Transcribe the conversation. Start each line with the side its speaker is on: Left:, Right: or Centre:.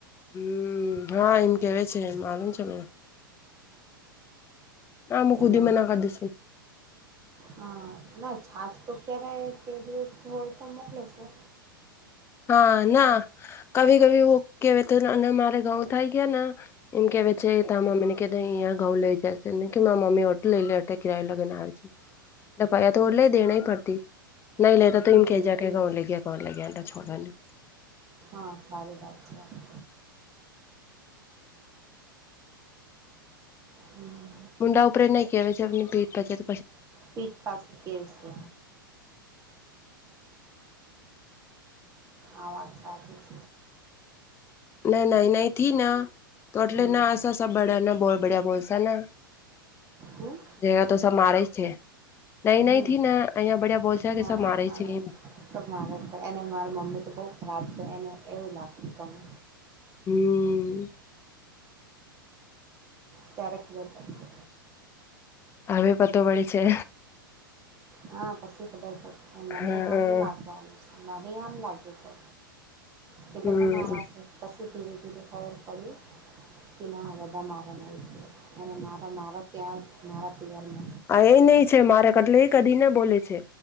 Left: હમ હા એમ કેવા છે માલુમ છે મને ના મુું કુદીી
Right: એમ
Left: મ ના કાધીસ
Right: હા ના છાાસ તો ક્યારે કે દિવસ હોય તો મોકલે છેો.
Left: હા ના કવી કભીું કેવા અને મારે ઘઉ થાય ગયા ને એનકે વચેતામાંમ એ અહંયા ઘઉ લઈ જશે ને કે મારા મમ્મી હોટલ લઈ લે કિયયો લગીને આવે છે. લપાયા તો ઓલે દના પડતી નહી લતા તોઇમ
Right: હમ
Left: કે જાકે કોણ લે ગયા કોણ લે ગયા છોડનું
Right: હા સારી વાત છે આ હમ
Left: મુંડા ઉપર ન કેહેવાય છે એમ પેટજાર
Right: પીઠ પાછી કેવ છે આવાજ સા છે ત
Left: ના ના નઈ થી ના તો એટલે
Right: હમ,
Left: ના આ સ બડાના બોલ બિયા બોલસા ને
Right: હમ,
Left: જ તો સ મારે જ છે નઈં
Right: હમ.
Left: નહીં થી ને અહિયાં બડિયા બોલ છે કે
Right: હા,
Left: સબ મારે
Right: હા.
Left: છે એમ
Right: મારે છે એને મારી મમ્મી તો બહુ ખરાબ છે એને એવું લાગતું તને
Left: હમ
Right: ત્યારે ખબર પડશે
Left: હવે પતો પે છે.
Right: હા પછી ખર મને
Left: હા
Right: આમ લાગવાનું છે. મને આમ લાગ્યું તો કે
Left: હમ
Right: બધા મારા છે પછી ધીરે એને ખબર પડી કે ના આ બધા મારા ન છે અનેને મારા મારા ત્યાં મારા પિયર ના
Left: હ એ નહ છે મારે કેટલે એ કદી ને બોલે છે.